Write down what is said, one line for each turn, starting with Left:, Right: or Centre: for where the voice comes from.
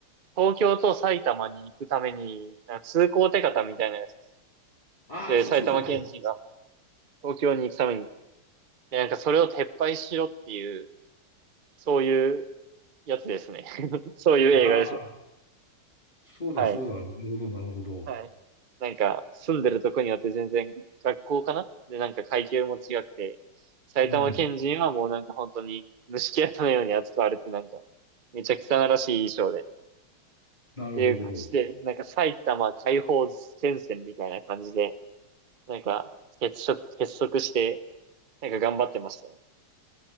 Right: 東京と埼玉に行くために、なんか通行手形みたいなやつ
Left: ああ、
Right: で、
Left: そうそうそうそ
Right: 埼玉県人が東京に行くためにで、なんかそれを撤廃しろっていう、そういうやつですね。<laughs> そういう映画です。
Left: う。ああ、そうだそうだ。
Right: はい。
Left: なるほど、なるほど。
Right: はい。なんか、住んでるとこによって全然学校かなで、なんか階級も違くて、埼玉県人はもうなんか本当に虫けらのように扱われてなんか、
Left: うん、
Right: めちゃ汚らしい衣装で、
Left: なるほど。
Right: っていう感じで、なんか埼玉解放戦線みたいな感じで、なんか結束、結束して、なんか頑張ってましたね。